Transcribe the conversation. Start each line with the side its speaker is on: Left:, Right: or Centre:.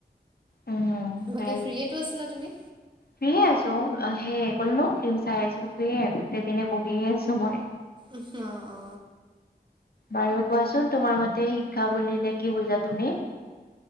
Left: উম।
Right: বাকী
Left: বাৰু
Right: ফ্ৰীয়েটো আছিলা তুমি?
Left: ফ্ৰিয়ে আছো অ সেই কলো ন ফিল্ম চাই আছিলো ফ্ৰিয়ে গোটেই দিনে বহিয়ে আছো মই।
Right: উহ অ অ।
Left: বাৰু কোৱাচোন তোমাৰ মতে শিক্ষা বুলিলে কি বুজা তুমি।